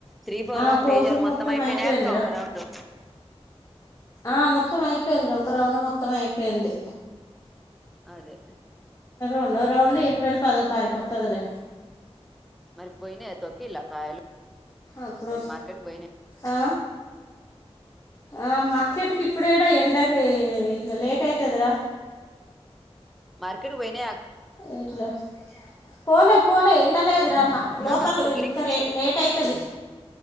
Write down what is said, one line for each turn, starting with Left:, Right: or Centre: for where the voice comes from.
Centre: త్రీ ఫోర్
Left: ఆ,
Centre: వన్
Left: కోసుడు
Centre: తేజాలు మొత్తం అయిపోయినాయి
Left: అయిపోయిందిరా
Centre: అక్క ఒక రౌండు
Left: ఆ, మొత్తం అయిపోయిందిరా ఒక రౌండ్ మొత్తం అయిపోయింది
Centre: అదే
Left: రెండో రౌండ్ ఏప్రిల్ పదో తారీఖు వస్తుందిలే
Centre: మరి పోయినయా తొక్కిల కాయలు
Left: అప్పుడు
Centre: మార్కెట్ పోయినాయా
Left: ఆ ఆ మార్కెట్కి ఇప్పుడాడ ఎండక ఇట్లా లేట్ అయితదిరా
Centre: మార్కెట్ పోయనయ
Left: ఇట్లా పోలే పోలే ఎ లేదు రామ్మ లోపల
Centre: ఆహా ఇప్పుడు గిరింగ్
Left: ఇంక లేట్ అయి చది